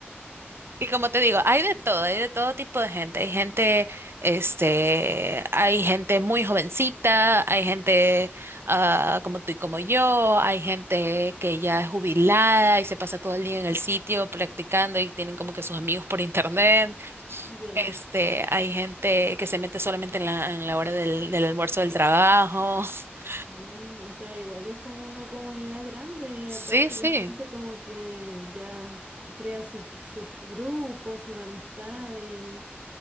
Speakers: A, on the right; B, on the right.
A: Y como te digo, hay de todo, hay de todo tipo de gente. Hay gente, este, hay gente muy jovencita, hay gente ah, como tú y como yo, hay gente que ya es jubilada y se pasa todo el día en el sitio practicando y tienen como que sus amigos por internet.
B: Ya.
A: Este, hay gente que se mete solamente en la, en la hora del, del almuerzo del trabajo. <laughs>
B: Mm, O sea, igual es como una comunidad grande y
A: Sí,
B: aparte
A: sí,
B: la gente como que ya crea sus, sus grupos, sus amistades y,